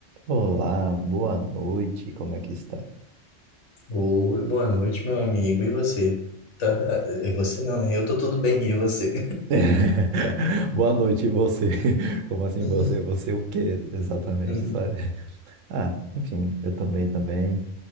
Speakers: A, on the right; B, on the left.
A: Olá, boa noite, como é que está?
B: Oi, boa noite, meu amigo. E você? Tá, é você não, né? Eu tô tudo bem, e você?
A: <laughs> Boa noite, e você? <laughs> Como assim
B: <laughs>
A: você? Você o quê exatamente,
B: Uhum.
A: sabe? Ah, enfim, eu também, também.